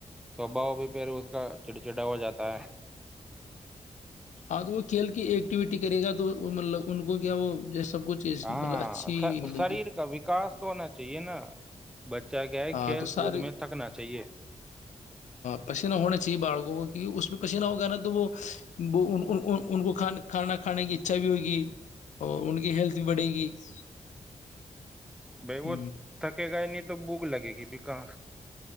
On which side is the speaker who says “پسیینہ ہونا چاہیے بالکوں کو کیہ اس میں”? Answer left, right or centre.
Left